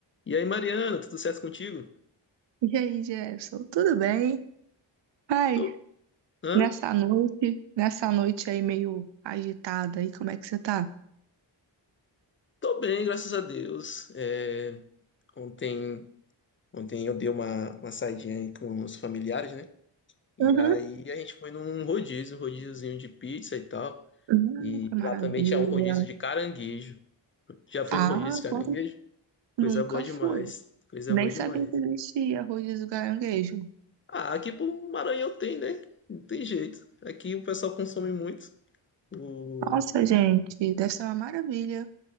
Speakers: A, on the left (about 25°); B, on the right (about 65°).
A: E aí, Mariana, tudo certo contigo?
B: E aí, Jefferson, tudo bem? Pai,
A: Tô, hã?
B: nessa noite, nessa noite aí meio agitada aí, como é que você tá?
A: Tô bem, graças a Deus. É, ontem, ontem eu dei uma, uma saidinha aí com os familiares, né? E
B: Uhum.
A: aí a gente foi num rodízio, um rodíziozinho de pizza e tal.
B: Hum,
A: E
B: que
A: lá
B: maravilha.
A: também tinha um rodízio de caranguejo. Já foi
B: Ah,
A: no rodízio
B: agora
A: de caranguejo? Coisa
B: nunca
A: boa demais.
B: fui.
A: Coisa
B: Nem
A: boa
B: sabia
A: demais.
B: que existia rodízio do caranguejo.
A: Ah, aqui pro Maranhão tem, né? Não tem jeito. Aqui o pessoal consome muito. O...
B: Nossa, gente, deve ser uma maravilha.